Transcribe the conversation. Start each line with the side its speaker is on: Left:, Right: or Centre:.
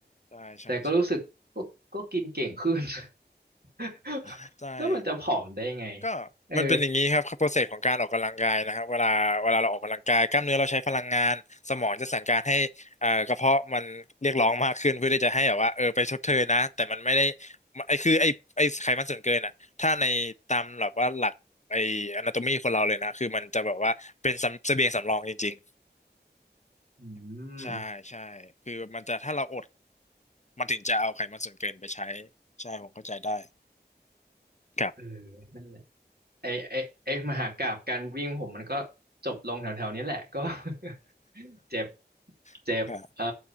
Left: ใช่ ใช่
Right: แต่ก็รู้สึกก็ก็กินเก่งขึ้น
Left: ใช่
Right: <laughs>
Left: <laughs> ใช่
Right: แล้วมันจะผอมได้ไง
Left: <laughs> ก็
Right: เออ
Left: มันเป็นอย่างนี้ครับโปรเซสของการออกกำลังกายนะครับเวลาเวลาเราออกกำลังกายกล้ามเนื้อเราใช้พลังงานสมองจะสั่งการให้เอ่อกระเพาะมันเรียกร้องมากขึ้นเพื่อที่จะให้แบบว่าเออไปชดเชยนะแต่มันไม่ได้ไอคือไอไอไขมันส่วนเกินอ่ะถ้าในตามแบบว่าหลักไอ anatomy คนเราเลยนะคือมันจะแบบว่าเป็นสำเสบียงสำรองจริง
Right: อื
Left: ๆใช่ใช่คือมันจะถ้าเราอด
Right: ม
Left: มันถึงจะเอาไขมันส่วนเกินไปใช้ใช่ผมเข้าใจได้ครับ
Right: เออนั่นแหละ ไอไอไอมหากาพย์การวิ่งผมมันก็จบลงแถวๆนี้แหละก็ <laughs> เจ็บเจ็บเอ่อ
Left: <laughs> ครับ